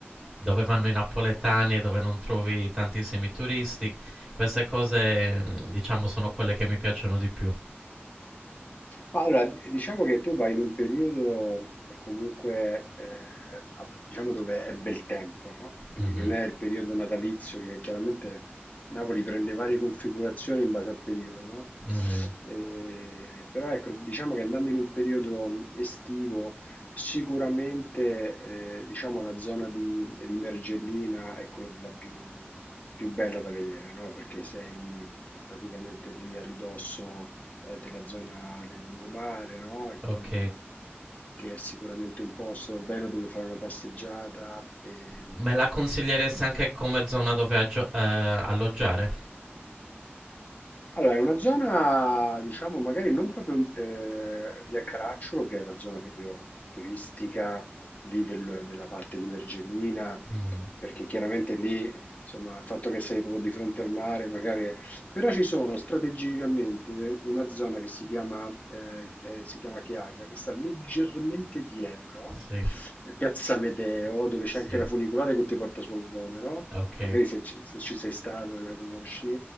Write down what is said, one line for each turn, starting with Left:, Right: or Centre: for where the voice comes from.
Centre: dove vanno i napoletani e dove non trovi tantissimi turisti, queste cose, mm, diciamo, sono quelle che mi piacciono di più.
Left: Ma allora, d- diciamo che tu vai in un periodo eh, comunque, eh, ab- diciamo dove è bel tempo, no? Quindi
Centre: Mhm,
Left: non è il periodo natalizio che chiaramente Napoli prende varie configurazioni in base al periodo, no?
Centre: mhm,
Left: Eh, però ecco, diciamo che andando in un periodo mh, estivo, sicuramente, eh, diciamo la zona di, di Mergellina è quella più, più bella da vedere, no? Perché sei praticamente lì a ridosso eh, della zona del lungomare, no? E quindi
Centre: ok.
Left: che è sicuramente un posto bello dove fare una passeggiata e,
Centre: Me la consiglieresti anche come zona dove aggio- eh, alloggiare?
Left: Allora, è una zona, diciamo, magari non proprio eh, via Caracciolo, che è la zona proprio turistica lì del- della parte di Mergellina,
Centre: Mm,
Left: perché chiaramente lì, insomma, il fatto che sei proprio di fronte al mare, magari... è- Però ci sono strategicamente una zona che si chiama, eh, eh, si chiama Chiaia, che sta leggermente dietro,
Centre: sì,
Left: eh, Piazza Medeo, dove
Centre: sì,
Left: c'è anche la funicolare che ti porta sul Vomero,
Centre: ok,
Left: magari se ci, se ci sei stato e la conosci.